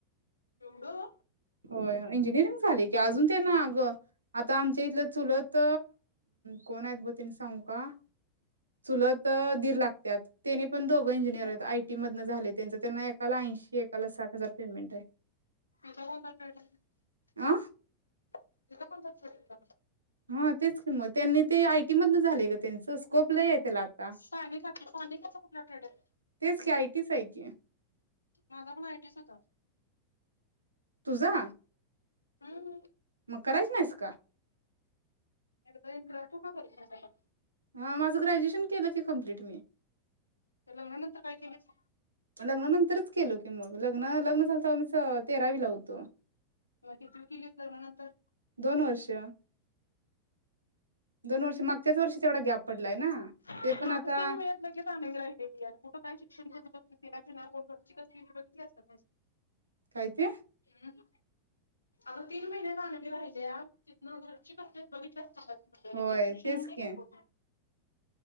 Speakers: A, on the left; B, on the right.
A: एवढं
B: हो इंजिनिअरिंग झालय कि अजून त्यांना अग आता आमच्या इथलं चुलत कोण आहेत ब तने सांगू का? चुलत दीर लागत त्याने पण दोघं इंजिनियर
A: हम्म
B: आहेत आयटी मधन झाले त्यांच त्यांना एकाला ऐंशी एकाला साठ हजार पेमेंट हाय.
A: <unintelligible>
B: आं
A: तिथं कोणता ट्रेड
B: हा तेच कि म त्यांनी ते आयटी मधन झालेय ग त्यांच स्कोप लई आहे त्याला आता.
A: सानी सानिका चा कुठला ट्रेड हाय.
B: तेच आयटीच हाय की.
A: माझा पण आयटीयच होता.
B: तुझा?
A: हम्म
B: मग करायच नाहीस का?
A: एकदा <unintelligible>
B: हा माझं ग्रॅज्युएशन केलं की कंप्लीट मी.
A: लग्नानंतर काय केलीस?
B: लग्नानंतरच केलो की मग. लग्न लग्न झालं तवा आमच तेरावी ला होतो.
A: मग तिथुन किलीस लग्ना नंतर.
B: दोन वर्ष दोन वर्ष मागच्याच वर्षी तेवढा गॅप पडलाय ना.
A: माझं
B: ते पण आता
A: तीन वेळेत लगेच आणी राहिलय की यार कुठं काय शिक्षण घेत होतो <unintelligible> बघितल्यास काय नईस.
B: काय ते
A: हम् अग तीन महिन्यान आणि राहिल्या तिथन वरची तब्येत बघीतलीयास <unintelligible>
B: होय
A: शिक्षण
B: तेच
A: होते
B: की
A: काय पूर्ण?